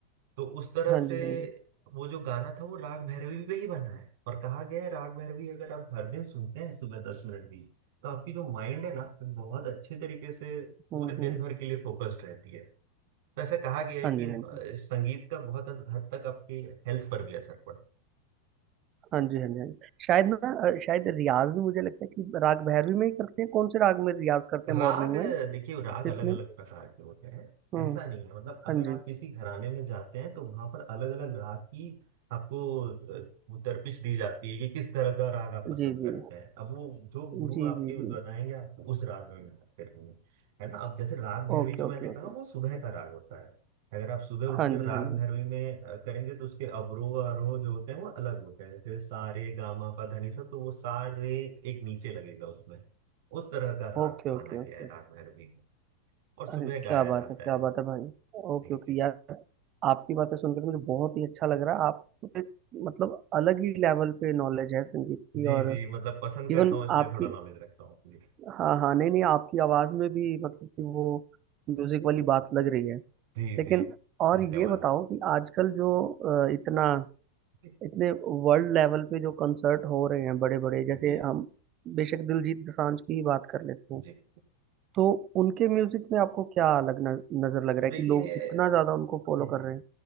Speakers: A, on the right; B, on the right.
A: तो उस तरह
B: हाँ
A: से
B: जी हाँ जी
A: वो जो गाना था वो राग भैरवी पे ही बना है और कहा गया है राग भैरवी अगर आप हर दिन सुनते हैं सुबह दस मिनट भी तो आपकी जो माइंड है ना वो बहुत अच्छे तरीके से पूरे
B: हम्म
A: दिन
B: हम्म
A: भर के लिए फोकस्ड रहती है तो ऐसा कहा गया है
B: हाँ
A: कि
B: जी
A: अ,
B: हाँ जी
A: संगीत का बहुत हद तक आपकी हेल्थ पर भी असर पड़ता है
B: हाँ जी हाँ जी हाँ जी शायद ना अ, शायद रियाज भी मुझे लगता है कि राग भैरवी में ही करते हैं कौन से राग में रियाज करते
A: राग
B: हैं मॉर्निंग में
A: देखिए राग
B: कितने
A: अलग अलग प्रकार के होते हैं
B: हम्म
A: ऐसा नहीं है मतलब अगर
B: हाँ जी
A: आप किसी घराने में जाते हैं तो वहां पर अलग अलग राग की आपको अ, वो दरपिश दी जाती है कि किस तरह का राग आप पसंद
B: जी जी
A: करते हैं अब वो जो गुरु
B: जी
A: आपके
B: जी
A: उस
B: जी
A: बताएंगे आपको उस राग में गाना करेंगे है ना अब जैसे राग भैरवी
B: Okay
A: जो
B: okay
A: मैंने कहा
B: okay
A: वो सुबह का राग होता है अगर आप सुबह उठकर
B: हाँ जी
A: राग
B: हाँ जी
A: भैरवी में अ, करेंगे तो उसके अवरोह आरोह जो होते हैं वो अलग होते हैं जैसे सारे गामा पा धनी सब तो वो सारे एक नीचे लगेगा उसमें उस तरह का राग
B: Okay
A: माना
B: okay
A: गया
B: okay
A: है राग भैरवी को और सुबह
B: अरे
A: गाया
B: क्या बात
A: जाता
B: है क्या
A: है
B: बात है भाई ओके
A: जी
B: ओके
A: जी
B: यार आपकी बातें सुनकर मुझे बहुत ही अच्छा लग रहा है आपको तो एक, मतलब अलग ही लेवल पे नॉलेज है संगीत की
A: जी
B: और
A: जी मतलब पसंद
B: इवन
A: करता हूँ इसलिए
B: आपकी
A: थोड़ा नॉलेज रखता हूँ जी
B: हाँ हाँ नहीं नहीं आपकी आवाज़ में भी मतलब कि वो म्यूजिक वाली बात लग रही है
A: जी
B: लेकिन
A: जी
B: और
A: धन्यवाद
B: ये बताओ कि आजकल जो अ, इतना
A: जी
B: इतने वर्ल्ड लेवल पे जो कंसर्ट हो रहे हैं बड़े बड़े जैसे
A: जी
B: हम बेशक दिलजीत दोसांझ की ही बात कर लेते हैं
A: जी
B: तो उनके म्यूजिक में आपको क्या अलग न, नजर लग रहा है
A: देखिए
B: कि लोग इतना ज्यादा उनको फॉलो
A: हम्म,
B: कर
A: हम्म।
B: रहे हैं